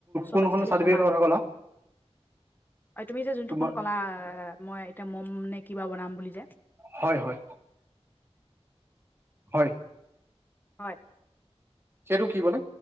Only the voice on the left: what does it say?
চব
আজিকালি
সমান।
অ তুমি যে যোনটো
খন ক'লা মই এতিয়া মম নে কিবা বনাম বুলি যে।
হয়,